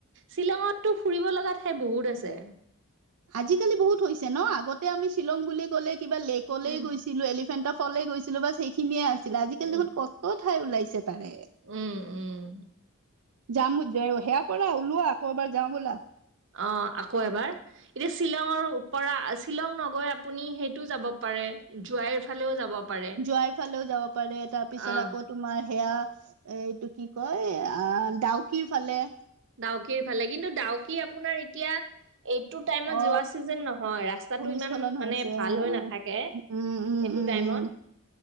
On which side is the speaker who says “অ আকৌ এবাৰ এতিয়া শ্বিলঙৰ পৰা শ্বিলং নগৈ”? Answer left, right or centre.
Right